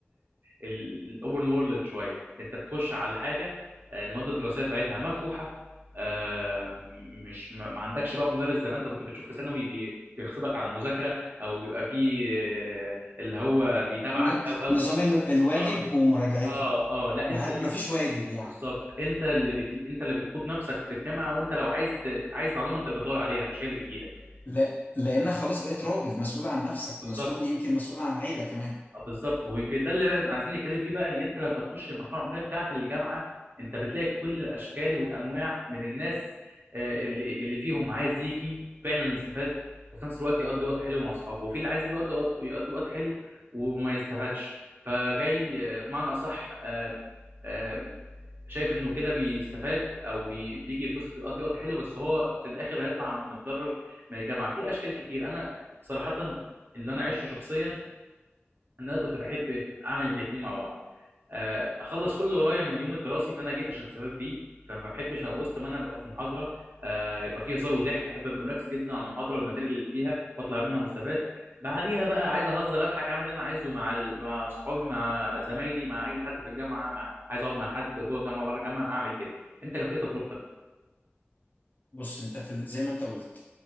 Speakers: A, on the right (about 55°); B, on the left (about 45°).
A: الاوبن وورلد شويه انت بتخش على حاجه آه، الماده الدراسيه بتاعتها مفتوحه آه، مش ما ما عندكش بقى مدرس زي ما انت كنت بتشوف في ثانوي بي- بيغصبك على المذاكره او بيبقى فيه آه، اللي هو بيتابعك
B: ن-
A: او او
B: نظام ال- الواجب
A: اه
B: ومراجعته
A: اه اه لا
B: ما
A: انت
B: حد
A: اللي
B: ما فيش واجب يعني
A: بالظبط انت اللي بت... انت اللي بتقود نفسك في الجامعه وانت لو عايز ت... عايز معلومه انت اللي بتدور عليها مش هي اللي بتجيلك
B: لا لأنك خلاص بقيت راجل مسؤول عن نفسك
A: بالظبط
B: ومسؤول يمكن مسؤول عن عيلة كمان
A: اه بالظبط وده اللي بقى عايزين نتكلم فيه بقى ان انت لما تخش المرحله العمريه بتاعه الجامعه انت بتلاقي كل الاشكال والانواع من الناس آه، اللي اللي فيهم عايز يجي فعلا يستفاد وفي نفس الوقت يقضي وقت حلو مع اصحابه وفي اللي عايز يجي وقت وقت- يقضي وقت حلو وما يستفادش فجاي آه، بمعنى اصح آه، آه، شايف انه كده بيستفاد او بي- بيجي يتبسط ويقضي وقت حلو بس هو في الاخر هيطلع متضرر من الجامعه في اشكال كتير انا صراحه اللي انا عشته شخصيا ان انا كنت بحب اعمل الاثنين مع بعض آه، اخلص كل اللي ورايا من اليوم الدراسي اللي انا جيت عشان استفاد بيه فما بحبش وسط ما انا ابقى في محاضره آه، يبقى فيه هزار وضحك احب ابقى مركز جدا على المحاضره والماتيريال اللي فيها واطلع منها مستفاد بعديها بقى عايز اهزر اضحك اعمل اللي انا عايزه مع ال- مع صحابي مع زمايلي مع اي حد في الجامعه مع عايز اقعد مع حد جوه الجامعه بره الجامعه اعمل كده انت كانت ايه تجربتك؟
B: بص أنت في ال- زي ما أنت قلت